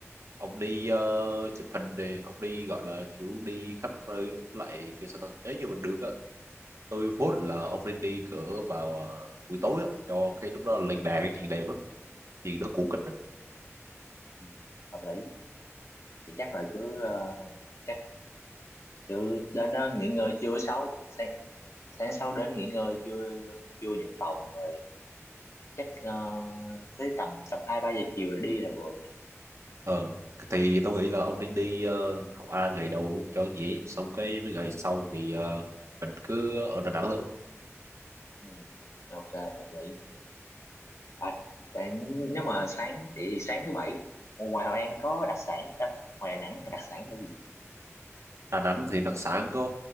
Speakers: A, on the right; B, on the left.
A: ông đi ờ, chụp hình thì ông đi gọi là kiểu đi khắp nơi á. lại kiểu sao ta nếu như mình được á tôi vote là ông nên đi cỡ vào ờ, buổi tối á cho cái lúc đó là lên đèn cái chuyện đẹp lắm chuyện đó cổ
B: ừ,
A: kính á.
B: ừ, hợp lý vậy chắc là cứ ờ, chắc cứ đến đó nghỉ ngơi trưa sáu sáng, sáng sau đến nghỉ ngơi trưa trưa nhận phòng rồi chắc ờ, tới tầm tầm hai ba giờ chiều là đi là vừa nhỉ
A: Ờ, thì tao nghĩ là ông nên đi ờ, học A ngày đầu luôn cho dễ xong cái mấy ngày sau thì ờ, mình cứ ở Đà Nẵng nữa
B: ừ, ừ, ok hợp lý À, tại nếu mà sáng thì sáng thứ bảy ở ngoài Hội An có đặc sản à, ngoài Đà Nẵng hay đặc sản là gì
A: Đà Nẵng thì đặc sản có